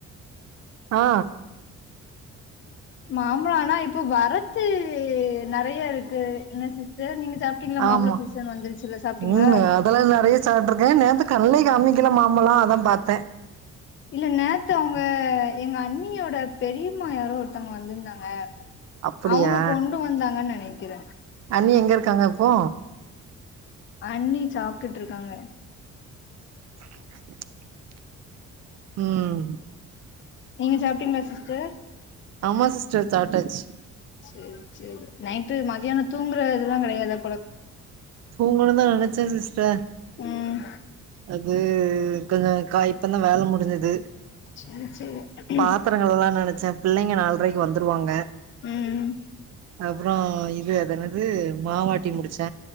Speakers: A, on the right; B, on the left.
A: ஆ
B: மாம்பழம் ஆனா இப்ப வரத்து நறைய இருக்கு என்ன சிஸ்டர் நீங்க சாப்ட்டீங்களா மாம்பழோ
A: ஆமா
B: சீசன் வந்துருச்சுல்ல சாப்ட்டீங்களா
A: உம் அதெல்லா நறைய சப்டருக்கேன் நேத்து கண்ணல அம்மிக்கல மாம்பலோ அதான் பாத்த
B: இல்ல நேத்து அவங்க எங்க அன்னியோட பெரியம்மா யாரோ ஒருத்தவங்க வந்திருந்தாங்க
A: அப்டியா
B: அவங்க கொண்டு வந்தாங்கன்னு நனக்கிற
A: அண்ணி எங்க இருக்காங்க இப்போ
B: அண்ணி சாப்ட்டுட்டுருக்காங்க
A: <inaudible> உம்
B: நீங்க சாப்ட்டீங்களா சிஸ்டர்
A: ஆமா சிஸ்டர் சாட்டாஜ்
B: செர் செர் நைட்டு மதியானம் தூங்குறதெல்லாம் கிடையாதா
A: தூங்கனுதா நனச்ச சிஸ்டர்
B: ம்
A: அது கொஞ்சோ கா இப்ப தா வேல முடிஞ்சது
B: சேரி சேரி
A: பாத்திர கலுவலானு நனச்ச பிள்ளைங்க நால்ரைக்கு வந்துருவாங்க
B: உம்
A: அப்ரோ இது அதனது மாவட்டி முடிச்